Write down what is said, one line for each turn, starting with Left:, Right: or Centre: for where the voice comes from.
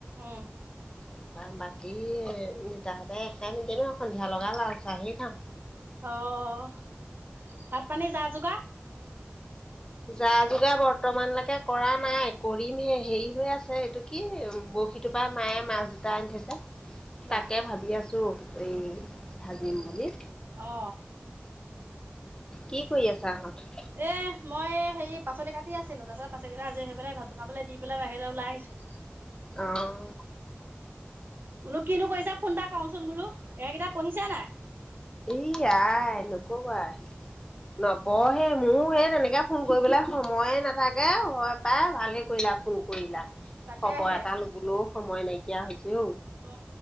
Right: উম
Left: তাৰপা বাকী দেতাহঁতে একটাইম <unintelligible> সন্ধিয়া লগা লাল চাহেই খাওঁ।
Right: অ', ভাত পানীৰ যা-যোগাৰ? <inaudible>
Left: যা-যোগাৰ বৰ্তমানলৈকে কৰা নাই কৰিমহে হেৰি হৈ আছে এইটো কি বহি সেটোপাই মায়ে মাছ দুটা আনি থৈছে।
Right: বাহ
Left: তাকে ভাবি আছোঁ এই, ভাজিম বুলি।
Right: অ
Left: কি কৰি আছা <unintelligible>
Right: এ, মই হেৰি পাচলি কাটি আছিলো তাৰ পিছত পাচলি কেটা আজৰি হৈ পেলাই ভাত বনাবলৈ দি পেলাই বাহিৰলৈ ওলাই আহিছো।
Left: অ',
Right: বোলো কিনো কৰিছা ফোন এটা কওঁচোন বোলো এই কেইটা পঢ়িছে নাই?
Left: E I নকবাই। নপহে মোৰ সেই তেনেকে ফোন কৰিবলৈ সময়ে নাথাকে। হয় পাই ভালে কৰিলা ফোন কৰিলা,
Right: তাকেহে
Left: খবৰ এটা লবলৈও সময় নাইকিয়া হৈছে ঔ।
Right: অ,